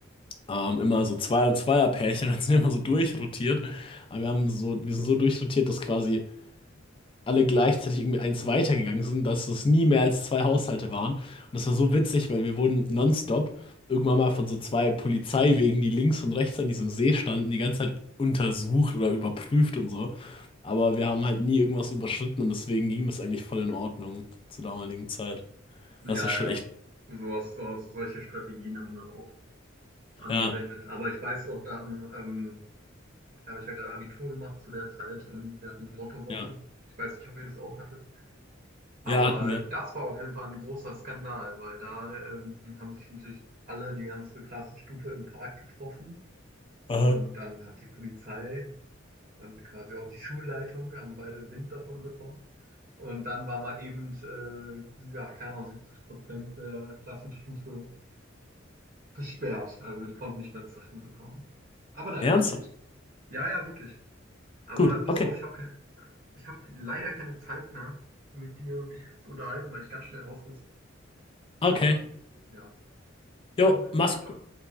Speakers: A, on the left; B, on the right.
A: ähm, immer so Zwei- und Zweierpärchen, <laughs> dann sind wir immer so durchrotiert. Aber wir haben so, wir sind so durchrotiert, dass quasi alle gleichzeitig irgendwie eins weitergegangen sind, dass es nie mehr als zwei Haushalte waren. Und das war so witzig, weil wir wurden nonstop irgendwann mal von so zwei Polizeiwegen, die links und rechts an diesem See standen, die ganze Zeit untersucht oder überprüft und so. Aber wir haben halt nie irgendwas überschritten und deswegen ging das eigentlich voll in Ordnung zur damaligen Zeit.
B: ja,
A: Das war schon echt.
B: ja, sowas, so, solche Strategien haben wir auch angewendet.
A: Ja,
B: Aber ich weiß noch dann, ähm, da habe ich ja gerade Abitur gemacht zu der Zeit und wir hatten eine Mottowoche.
A: ja,
B: Ich weiß nicht, ob ihr das auch hattet. Aber
A: ja, hatten wir.
B: das war auf jeden Fall ein großer Skandal, weil da ähm, haben sich natürlich alle, die ganze Klassenstufe im Park getroffen. Und
A: Aha.
B: dann hat die Polizei und quasi auch die Schulleitung haben beide Wind davon bekommen. Und dann war mal eben, äh, ja, keine Ahnung, 70 Prozent der Klassenstufe gesperrt. Also die konnten nicht mehr zur Schule kommen. Aber naja,
A: Ernsthaft?
B: gut. Ja, ja, wirklich. Aber
A: Gut,
B: pass
A: okay,
B: auf, ich habe ich hab leider keine Zeit mehr, mit dir mich zu unterhalten, weil ich ganz schnell raus muss. Also,
A: okay.
B: ja. Na
A: Jo,
B: gut.
A: mach's
B: Ciao.
A: gut.